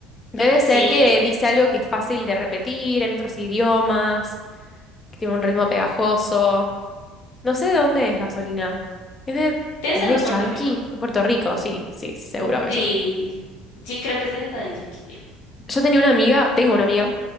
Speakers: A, on the left (about 30°); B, on the left (about 70°).
A: Debe
B: Sí,
A: ser que dice algo que es fácil de repetir en otros idiomas, que tiene un ritmo pegajoso. No sé de dónde es Gasolina. ¿Es de,
B: debe
A: de
B: ser
A: Daddy
B: de Puerto
A: Yankee?
B: Rico.
A: De Puerto Rico, sí, sí, seguro que
B: Sí,
A: sí.
B: sí, creo que es de Daddy Yankee, sí.
A: Yo tenía una amiga, tengo una amiga,